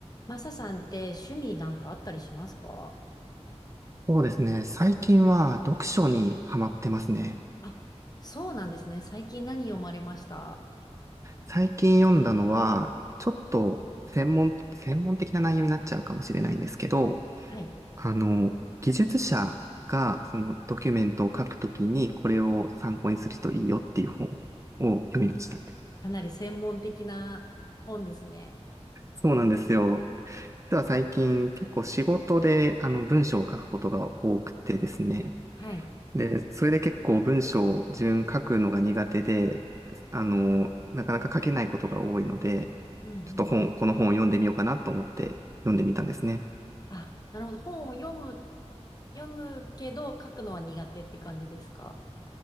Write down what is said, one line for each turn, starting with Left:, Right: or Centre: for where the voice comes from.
Left: マサさんって趣味なんかあったりしますか
Right: そうですね。最近は読書にハマってますね。
Left: あ、そうなんですね。最近何読まれました
Right: 最近読んだのは、ちょっと専門、専門的な内容になっちゃうかもしれないんですけど、
Left: はい。
Right: あの、技術者がそのドキュメントを書くときにこれを参考にするといいよっていう本を読みました。
Left: かなり専門的な本ですね。
Right: そうなんですよ。実は最近結構仕事であの文章を書くことが多くてですね、
Left: はい。
Right: で、それで結構文章を自分書くのが苦手で、あの、なかなか書けないことが多いので、
Left: うん、
Right: ちょっと本、
Left: うん、うん。
Right: この本を読んでみようかなと思って読んでみたんですね。
Left: あ、なるほど。本を読む、読むけど書くのは苦手って感じですか